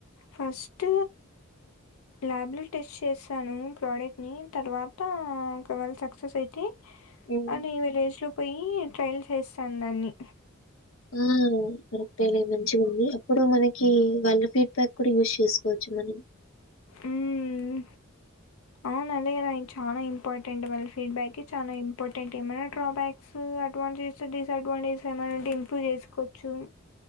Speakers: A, on the left; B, on the left.
A: ఫస్ట్ ల్యాబ్లెలో టెస్ట్ చేసాను ప్రోడక్ట్ని తర్వాత ఒకవేళ సక్సెస్ అయితే
B: హ్మ్.
A: అని విలేజ్ లో పోయి ట్రైల్ చేస్తా నన్ని
B: ఆ కరెక్ట్ అలే మంచిగా ఉంది అప్పుడు మనకి వన్ ఫీడ్బ్యాక్ కూడా యూజ్ చేసుకోవచ్చు మనం
A: మ్మ్ అవునుదే కదా అ చాలా ఇంపార్టెంట్ వాళ్ళ ఫీడ్బ్యాక్ చాలా ఇంపార్టెంట్ ఏమైనా డ్రాబ్యాక్స్ అడ్వాంటేజెస్ డిసఅడ్వాంటేజెస్ ఏమైనాంటే ఇంప్రూవ్ చేసుకోవచ్చు